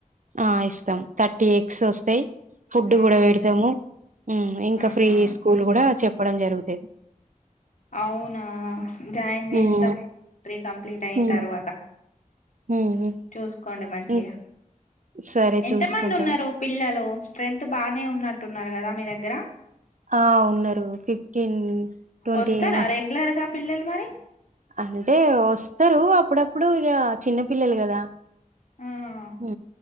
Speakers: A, on the right; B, on the left.
A: ఆ ఇస్తాం థర్టీ ఎగ్స్ వస్తయి. ఫుడ్
B: మ్మ్
A: గుడా పెడతాము ఊ ఇంకా
B: ఆహా
A: ఫ్రీ స్కూల్ కూడా చెప్ చెప్పడం జరుగుతది.
B: అవునా జాయిన్ చేస్తాం
A: హ్మ్.
B: త్రీ కంప్లీట్ అయిన
A: హ్మ్.
B: తర్వాత
A: హ్మ్.
B: చూసుకోండి మంచిగా
A: హ్మ్. సరే
B: ఎంత
A: చూసుకుంటాం.
B: మంది ఉన్నారు పిల్లలు స్ట్రెంత్ బాగానే ఉన్నట్టున్నారు కదా మీ దగ్గర
A: ఆ ఉన్నారు ఫిఫ్టీన్ ట్వంటీ
B: వస్తారా
A: వ
B: రెగ్యులర్ గా పిల్లలు మరి
A: అంటే వస్తరు అప్ అప్పుడప్పుడు ఇక చిన్న పిల్లలు కదా
B: ఆ
A: హు